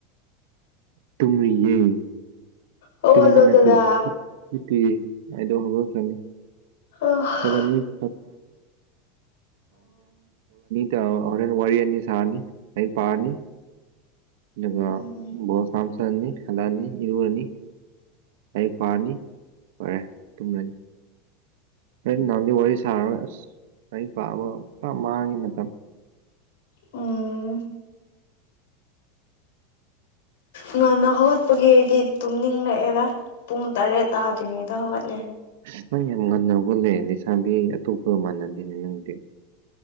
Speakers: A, on the right (about 65°); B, on the left (about 80°).
A: ꯇꯨꯝꯔꯤꯌꯦ
B: ꯍꯧꯒꯠꯂꯣꯗꯅ
A: ꯇꯨꯝꯕ ꯅꯠꯇꯦ ꯍꯤꯞ ꯍꯤꯞꯄꯤꯌꯦ ꯑꯩꯗꯣ ꯍꯧꯒꯠꯈ꯭ꯔꯅꯤ
B: <unintelligible>
A: <unintelligible> ꯇ ꯍꯣꯔꯦꯟ ꯋꯥꯔꯤ ꯑꯅꯤ ꯁꯥꯔꯅꯤ ꯂꯩꯔꯤꯛ ꯄꯥꯔꯅꯤ ꯗꯨꯒ
B: ꯎꯝ
A: ꯕꯣꯜ <unintelligible> ꯍꯜꯂꯑꯅꯤ ꯏꯔꯨꯔꯅꯤ ꯂꯥꯏꯔꯤꯛ ꯄꯥꯥꯔꯅꯤ ꯂꯣꯏꯔꯦ ꯇꯨꯝꯂꯅꯤ ꯍꯣꯔꯦꯟ ꯅꯨꯡꯗꯥꯡꯗꯤ ꯋꯥꯔꯤ ꯁꯥꯔꯔꯣꯏ ꯑꯁ ꯂꯥꯏꯔꯤꯛ ꯄꯥꯕ ꯄꯨꯔ ꯃꯥꯡꯉꯤ ꯃꯇꯝ
B: ꯎꯝ ꯉꯟꯅ ꯍꯧꯒꯠꯄꯒꯤ ꯑꯩꯗꯤ ꯇꯨꯝꯅꯤꯡꯂꯑꯦꯗ ꯄꯨꯡ ꯇꯔꯦꯠ ꯇꯥꯗ꯭ꯔꯤꯉꯩꯗ ꯍꯧꯒꯠꯂꯦ
A: ꯑꯁ ꯅꯪ ꯌꯥꯝ ꯉꯟꯅ ꯍꯧꯒꯠꯂꯦ ꯂꯩꯁꯥꯕꯤ ꯑꯇꯣꯞꯄꯒ ꯃꯥꯟꯅꯗꯦꯅꯦ ꯅꯪꯗꯤ